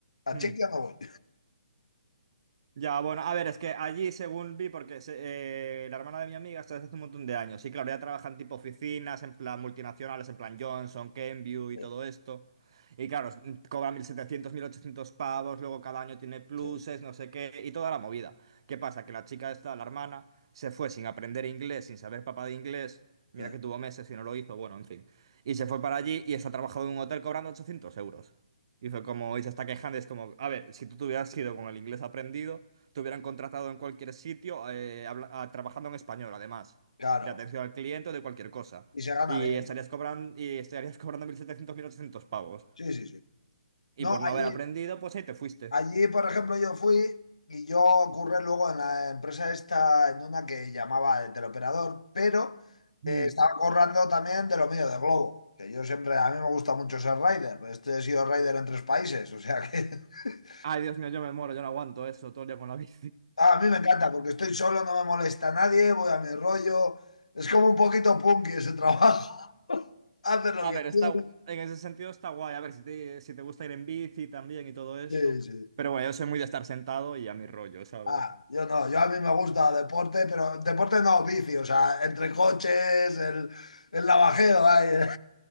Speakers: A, on the left (about 70°); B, on the right (about 45°).
A: A
B: <laughs>
A: Chequia no voy.
B: Ya, bueno, a ver, es que allí, según vi, porque se- eh, la hermana de mi amiga está desde hace un montón de años. Y claro, ya trabajan tipo oficinas, en plan multinacionales, en plan Johnson, Kenview y
A: Sí,
B: todo esto. Y claro, s- cobra 1.700, 1.800 pavos, luego cada año tiene pluses,
A: sí,
B: no sé qué, y toda la movida. ¿Qué pasa? Que la chica esta, la hermana, se fue sin aprender inglés, sin saber papá de inglés. Mira
A: sí,
B: que tuvo meses y no lo hizo, bueno, en fin. Y se fue para allí y está trabajando en un hotel cobrando 800 euros. Y fue como, y se está quejando, y es como, a ver, si tú te hubieras ido con el inglés aprendido, te hubieran contratado en cualquier sitio, eh, habla- ah, trabajando en español, además,
A: claro.
B: de atención al cliente o de cualquier cosa.
A: Y se gana
B: Y
A: bien.
B: estarías cobrando, y estarías <laughs> cobrando mil setecientos mil ochocientos pavos.
A: Sí, sí, sí.
B: Y
A: No,
B: por no
A: allí,
B: haber aprendido, pues ahí te fuiste.
A: Allí, por ejemplo, yo fui y yo ocurre luego en la empresa esta, en una que llamaba de teleoperador, pero eh,
B: Mm.
A: estaba currando también de lo mío, de Globo, que yo siempre, a mí me gusta mucho ser rider, este he sido rider en tres países, o sea que <laughs>
B: Ay, Dios mío, yo me muero, yo no aguanto eso todo el día con la <laughs> bici.
A: a mí me encanta porque estoy solo, no me molesta nadie, voy a mi rollo, es como un poquito punky ese trabajo, <laughs> haces lo
B: A
A: que
B: ver,
A: quieres.
B: está, gu- en ese sentido está guay. A ver, si te, si te gusta ir en bici también y todo esto.
A: Sí, sí.
B: Pero bueno, yo soy muy de estar sentado y a mi rollo, ¿sabes?
A: Ah, yo no, yo a mí me gusta deporte, pero deporte no, vicio, o sea, entre coches, el, el navajeo, ay,